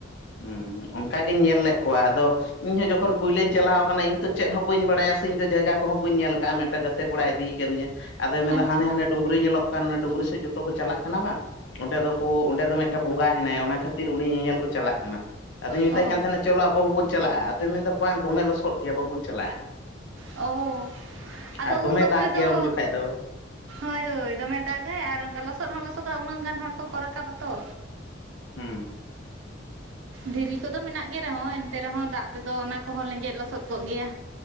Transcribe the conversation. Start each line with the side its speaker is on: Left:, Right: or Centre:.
Left: ᱦᱩᱸ ᱦᱩᱸ, ᱚᱱᱠᱟ ᱜᱤᱧ ᱧᱮᱞ ᱞᱮᱜ ᱠᱚᱣᱟ ᱟᱫᱚ ᱤᱧᱦᱚᱸ ᱡᱚᱠᱷᱚᱱ ᱯᱩᱭᱞᱟᱧ ᱪᱟᱞᱟᱣ ᱠᱟᱱᱟ, ᱤᱧ ᱛᱚ ᱪᱮᱫ ᱦᱚᱸ ᱵᱟᱹᱧ ᱵᱟᱲᱟᱭᱟ ᱥᱮ ᱤᱧ ᱫᱚ ᱡᱟᱭᱜᱟ ᱠᱚᱦᱚᱸ ᱵᱟᱹᱧ ᱧᱮᱞ ᱠᱟᱜᱼᱟ᱾ ᱢᱮᱫᱴᱮᱡ ᱜᱟᱛᱮ ᱛᱮ ᱠᱚᱲᱟᱭ ᱤᱫᱤᱭ ᱠᱟᱫᱤᱧᱟ ᱟᱫᱚᱭ
Right: ᱟᱪᱪᱷᱟ
Left: ᱢᱮᱱᱫᱟ ᱦᱟᱱᱮ ᱦᱟᱱᱮ ᱰᱩᱝᱨᱤ ᱧᱮᱞᱚᱜ ᱠᱟᱱ ᱚᱱᱟ ᱰᱩᱝᱨᱤ ᱥᱮᱫ ᱡᱚᱛᱚ ᱠᱚ ᱪᱟᱞᱟᱜ ᱠᱟᱱᱟ ᱵᱟᱝ ᱚᱸᱰᱮ ᱫᱚᱠᱚ ᱚᱸᱰᱮ ᱫᱚ ᱢᱮᱫᱴᱮᱱ ᱵᱚᱸᱜᱟ ᱦᱮᱱᱟᱭᱟ, ᱚᱱᱟ ᱠᱷᱟᱹᱛᱤᱨ ᱩᱱᱤ ᱧᱮᱧᱮᱞ ᱠᱚ ᱪᱟᱞᱟᱜ ᱠᱟᱱᱟ ᱟᱫᱚᱧ ᱢᱮᱛᱟᱭ
Right: ᱚ
Left: ᱠᱟᱱ ᱛᱟᱦᱮᱱᱟ ᱪᱚᱞᱚ ᱟᱵᱚ ᱦᱚᱸᱵᱚᱱ ᱪᱟᱞᱟᱜᱼᱟ᱾ ᱟᱫᱚᱭ ᱢᱮᱱᱫᱟ ᱵᱟᱝ ᱫᱚᱢᱮ ᱞᱚᱥᱚᱫ ᱜᱮᱭᱟ ᱵᱟᱵᱚᱱ ᱪᱟᱞᱟᱜᱼᱟ᱾
Right: ᱳ ᱟᱫᱚ
Left: ᱟᱨ ᱫᱚᱢᱮ
Right: ᱩᱱ ᱚᱠᱛᱮ
Left: ᱫᱟᱜᱽ ᱜᱮᱭᱟ
Right: ᱫᱚ
Left: ᱩᱱ ᱡᱚᱠᱷᱟᱡ ᱫᱚ
Right: ᱦᱳᱭ ᱦᱳᱭ ᱫᱚᱢᱮ ᱫᱟᱜ ᱟᱭ ᱟᱨ ᱚᱱᱠᱟ ᱞᱚᱥᱚᱫ ᱦᱚᱸ ᱞᱚᱥᱚᱫ ᱫᱚ ᱩᱱᱟᱹᱜ ᱜᱟᱱ ᱦᱚᱲ ᱠᱚᱠᱚ ᱨᱟᱠᱟᱵ ᱟᱛᱚ᱾
Left: ᱦᱩᱸ᱾
Right: ᱫᱷᱤᱨᱤ ᱠᱚᱫᱚ ᱢᱮᱱᱟᱜ ᱜᱮ ᱨᱮᱦᱚᱸ ᱮᱱᱛᱮ ᱨᱮᱦᱚᱸ ᱫᱟᱜ ᱛᱮᱫᱚ ᱚᱱᱟ ᱠᱚᱦᱚᱸ ᱞᱮᱸᱡᱮᱫ ᱞᱚᱥᱚᱫ ᱠᱚᱜ ᱜᱮᱭᱟ᱾